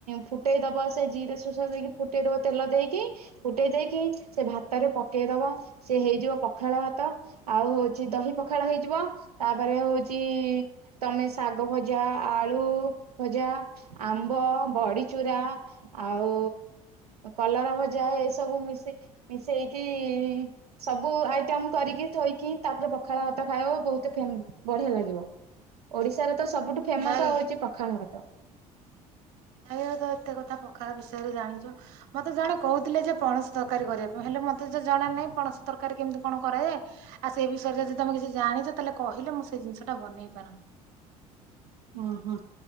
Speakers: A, on the right; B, on the right.
A: ଫୁଟେଇ ଦବ ସେ ଜିରା ସୁସାଦ ଦେଇକି ଫୁଟେଇ ଦବ ତେଲ ଦେଇକି ଫୁଟେଇ ଦେଇକି ସେ ଭାତରେ ପକେଇ ଦବ ସେ ହେଇଯିବ ପଖାଳ ଭାତ ଆଉ ହଉଛି ଦହି ପଖାଳ ହେଇଯିବ ତାପରେ ହଉଛି ତମେ ଶାଗ ଭଜା ଆଳୁ ଭଜା ଆ ଆମ୍ବ ବଡିରୁରା ଆଉ କଲରା ଭଜା ଏସବୁ ମିଶିକି ମିଶେଇକି ସବୁ ଆଇଟମ କରିକି ଥୋଇକି ତାପରେ ପଖାଳ ଭାତ ଖାଇବ ବହୁତ ତ ଫେମ୍ ବଢିଆ ଲାଗିବ ଓଡିଶାର ତ ସବୁଠୁ ଫେମସ
B: ଯାଇ
A: ହଉଛି ପଖାଳ ଭାତ।
B: <unintelligible> ଏତେ କଥା ପଖାଳ ବିଷୟରେ ଜାଣିଛ ମତେ ଜଣେ କହୁଥିଲେ ଯେ ପଣସ ତରକାରୀ କରିବା ପାଇଁ ହେଲେ ମତେ ତ ଜଣା ଜଣା ନାଇଁ ପଣସ ତରକାରୀ କେମିତି କଣ କରାଯାଏ ଆଉ ସେ ବିଷୟରେ ଯଦି ତମେ କିଛି ଜାଣିଛ ତାହେଲେ କହିଲେ ମୁଁ ସେ ଜିନିଷ ଟା ବନେଇ ପାରନ୍ତି।
A: ଓ ହୋ।